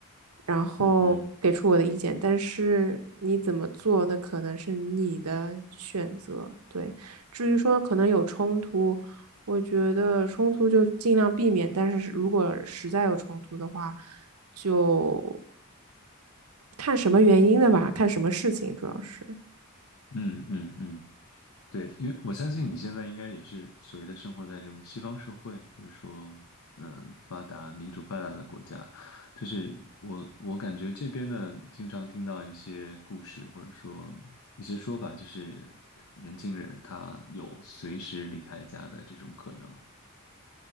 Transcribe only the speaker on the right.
然后给出我的意见，
但是你怎么做，那可能是你的选择，对。至于说可能有冲突，我觉得冲突就尽量避免，但是如果实在有冲突的话，就看什么原因的吧，看什么事情主要是。